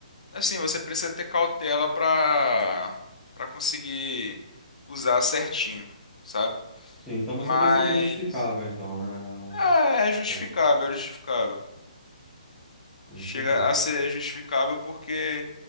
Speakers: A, on the left (about 65°); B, in the centre.
A: assim, você precisa ter cautela para para conseguir usar certinho, sabe?
B: Sim, então
A: Mas
B: você pensa que é justificável então, né?
A: é,
B: a-
A: é justificável,
B: Contras.
A: é justificável.
B: Eu
A: chega
B: entendi.
A: a ser justificável porque